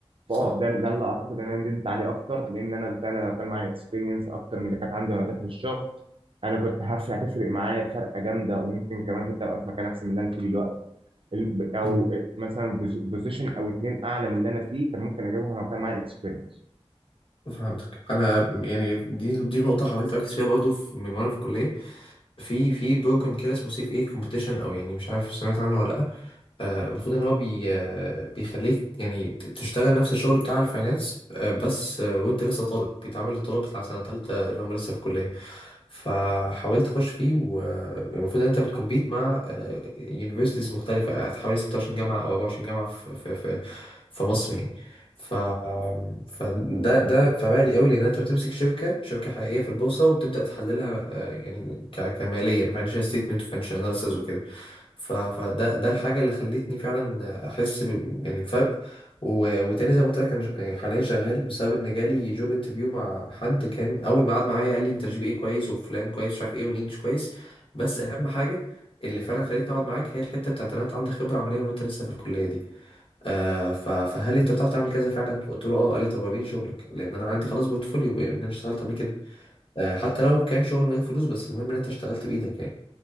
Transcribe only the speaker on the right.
فاه ده ده اللي اعتقد ان انا ندمت عليه اكتر لان انا فعلا لو كان معايا اكسبيرينس اكتر من اللي كانت عندي وانا داخل الشغل انا كنت هف- هتفرق معايا فرقه جامده وممكن كمان كنت ابقى في مكان احسن من اللي انا فيه دلوقتي ال- او
مثلا بوزيشن او اتنين اعلى من اللي انا فيه كان ممكن اجيبهم لو كان معايا اكسبيرينس